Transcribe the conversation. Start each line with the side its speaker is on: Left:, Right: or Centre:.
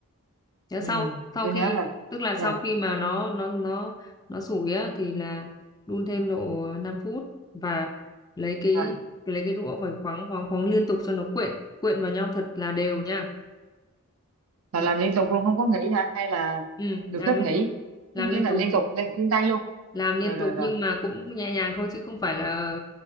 Left: Thế
Right: ừ
Left: sau sau
Right: tôi
Left: khi
Right: nhớ rồi
Left: tức là sau
Right: nè
Left: khi mà nó nó nó nó sủi á thì là đun thêm độ năm phút và lấy cái
Right: rồi
Left: lấy cái đũa phải khoáng khoáng khoáng liên tục cho nó quyện quyện vào nhau thật là đều nha.
Right: là
Left: Thì,
Right: làm liên tục luôn không có nghỉ hả hay là
Left: ừ,
Right: được
Left: làm
Right: phép
Left: liên
Right: nghỉ
Left: tục làm
Right: Có nghĩa
Left: liên
Right: là
Left: tục
Right: liên tục liên, liên tay luôn
Left: làm liên
Right: rồi rồi
Left: tục
Right: rồi
Left: nhưng mà cũng nhẹ nhàng thôi chứ không phải là